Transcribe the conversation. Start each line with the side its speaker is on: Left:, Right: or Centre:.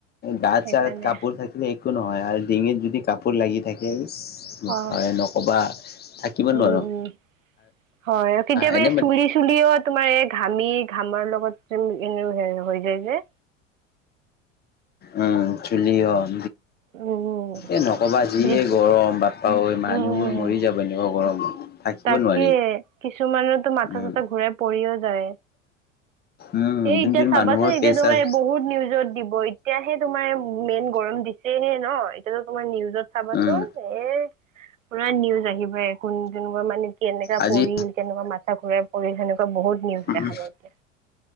Left: গাত
Right: সেইকাৰণে।
Left: চাত কাপোৰ থাকিল একো নহয় আৰু ডিঙিত যদি কাপোৰ লাগি থাকে এ
Right: অ
Left: নক'বা থাকিব
Right: উম
Left: নোৱাৰোঁ
Right: উম হয় কেতিয়াবা
Left: এনে
Right: এ
Left: বাট
Right: চুলি চুলিও তোমাৰ এক ঘামি ঘামাৰ লগত এনে হৈ যায় যে
Left: উম চুলি অহ
Right: উম
Left: এই নক'বা যিয়ে
Right: যেতিয়া
Left: গৰম বাপা অই মানুহবোৰ
Right: উম
Left: মৰি যাব এনেকোৱা গৰমত। থাকিব
Right: তাকে
Left: নোৱাৰি
Right: কিছুমানেতো মাথা
Left: উম
Right: চাথা ঘূৰাই পৰিও যায়।
Left: উম
Right: এ
Left: যোন
Right: এতিয়া
Left: যোন
Right: চাবাচোন
Left: মানুহৰ
Right: এতিয়া
Left: প্ৰেছাৰ
Right: তোমাৰ বহুত নিউজত দিব এতিয়াহে তোমাৰ মেইন গৰম দিছে হে ন এতিয়াতো তোমাৰ নিউজত চাবাচোন
Left: উম
Right: এ পুৰা নিউজ আহিবয়ে কোন তেনেকোৱা মানে কি কেনেকা
Left: আজি
Right: পৰিল কেনেকুৱা মাথা ঘূৰাই পৰিল সেনেকুৱা বহুত নিউজ
Left: উম,
Right: দেখাব এতিয়া